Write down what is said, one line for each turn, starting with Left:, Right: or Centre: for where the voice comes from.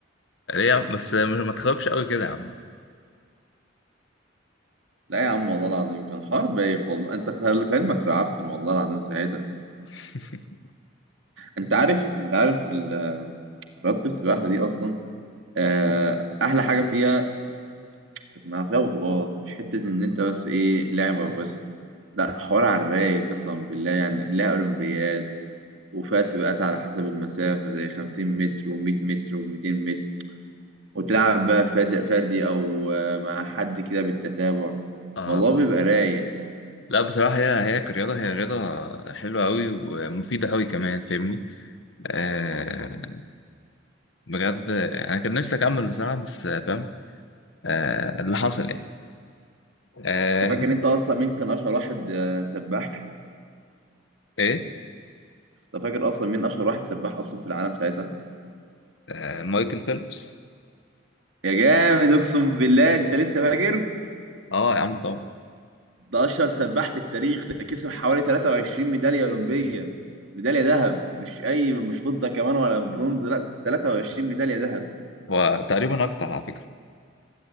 Left: ليه يا عم؟ بس آه، ما تخافش قوي كده يا عم
Right: لا يا عم والله العظيم كان حوار بايخ والله انت خلي في علمك رعبتني والله العظيم ساعتها
Left: <laughs>
Right: انت عارف انت عارف ال- رياضة السباحة دي اصلا آه،
Left: اه
Right: احلى حاجة فيها انها فيها بطولات مش حتة ان انت بس ايه لعبة وبس لا حوار على الرايق قسما بالله يعني لها اولمبياد وفيها سباقات على حسب المسافة زي 50 متر و100 متر و200 متر وتلعب بقى فاد- فردي او آه، مع حد كده بالتتابع
Left: اه
Right: الموضوع بيبقى رايق
Left: لا بصراحة هي هي كرياضة هي رياضة حلوة أوي ومفيدة أوي كمان فاهمني آه بجد أنا كان نفسي أكمل بصراحة بس آه، فاهم آه اللي حصل يعني آه
Right: انت
Left: أنت
Right: فاكر انت اصلا مين كان اشهر واحد آه، سباح
Left: إيه
Right: انت فاكر اصلا مين اشهر واحد سباح اصلا في العالم ساعتها
Left: آه مايكل فيلبس
Right: يا جامد اقسم بالله انت لسه فاكر
Left: أه يا عم طبعا
Right: ده اشهر سباح في التاريخ ده كسب حوالي 23 ميداليه اولمبيه ميداليه ذهب مش اي مش فضه كمان ولا برونز لا 23 ميداليه ذهب
Left: هو تقريبا أكتر على فكرة